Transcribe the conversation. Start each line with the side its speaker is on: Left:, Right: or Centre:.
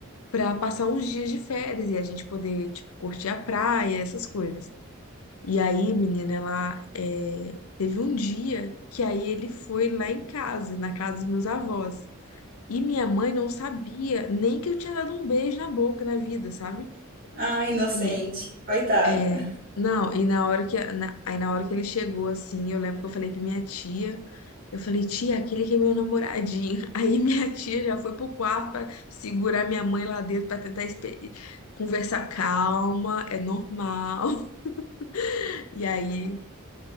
Left: para passar uns dias de férias e a gente poder, tipo, curtir a praia, essas coisas. E aí, menina, ela é, teve um dia que aí ele foi lá em casa, na casa dos meus avós. E minha mãe não sabia nem que eu tinha dado um beijo na boca na vida, sabe?
Right: Ah, inocente,
Left: E
Right: coitada.
Left: é, não, e na hora que, na- aí na hora que ele chegou, assim, eu lembro que eu falei pra minha tia, eu falei, tia, aquele que é meu namoradinho. <laughs> Aí minha tia já foi pro quarto pra segurar minha mãe lá dentro pra tentar espe- conversar calma, é normal. <laughs> E aí,